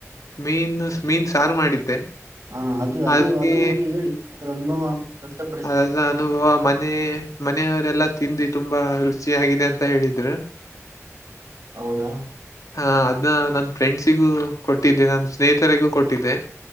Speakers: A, on the left; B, on the right.
A: ಮೀನು ಮೀನ್ ಸಾರು ಮಾಡಿದ್ದೆ
B: ಹಾ ಅದು ಅದು
A: ಅದಕ್ಕೆ
B: ಅದ್ರ ಬಗ್ಗೆ ಹೇಳಿ ಅದ್ರ ಅನುಭವ ವ್ಯಕ್ತಪಡಿಸಿ
A: ಅದದ ಅನುಭವ ಮನೆ ಮನೆಯವರೆಲ್ಲ ತಿಿಂದಿ ತುಂಬಾ ರುಚಿ ಆಗಾಗಿದೆ ಅಂತ ಹೇಳಿದ್್ರ
B: ಹೌದಾ
A: ಹಾ ಅದನ್ನ ನನ್ ಫ್ರೆಂಡ್ಸಿಗೂ ಕೊಟ್ಟಿದ್ದೆ ನನ್ ಸ್ನೇಹಿತರಿಗೂ ಕೊಟ್ಟಿದ್ದೆ